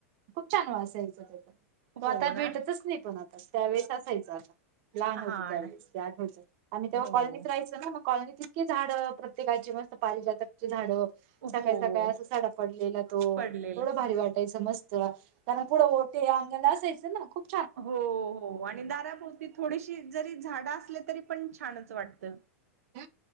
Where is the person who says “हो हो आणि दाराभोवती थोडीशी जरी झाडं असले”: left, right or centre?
Right